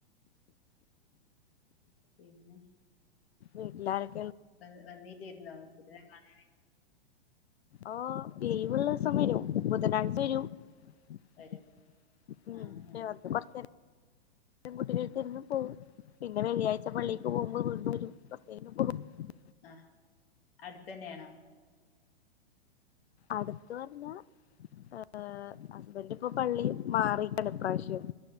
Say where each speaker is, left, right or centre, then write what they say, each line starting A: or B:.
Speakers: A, on the left; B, on the left.
A: പിന്നെ
B: വീട്ടിലാരൊക്ക
A: വ വന്നീല്ലാരുന്നോ കുട്ടിനെ കാണാന്
B: ആ ലീവുള്ള ഈസം വരും ബുധനാഴ്ച വരും <unintelligible>
A: വരും ആ
B: <unintelligible>
A: ആ
B: എന്നുംപോവും പിന്നെ വെള്ളിയാഴ്ച
A: ഉം
B: പള്ളിക്ക്
A: ഉം ഉം
B: പോകുമ്പോൾ വീണ്ടും വരും <unintelligible>
A: ആ അടുത്ത തന്നെയാണോ
B: അടുത്ത പറഞ്ഞ ആ ഹസ്ബൻന്റ് ഇപ്പൊ പള്ളി മാറിക്ക്ണ് ഇപ്രാവശ്യം